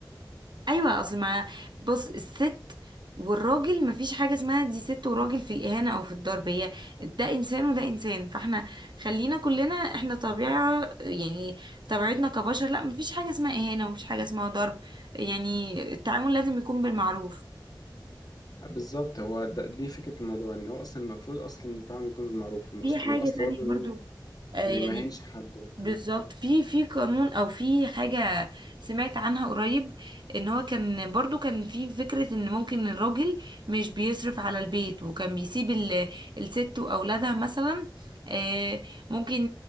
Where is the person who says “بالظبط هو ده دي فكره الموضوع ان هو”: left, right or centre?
Left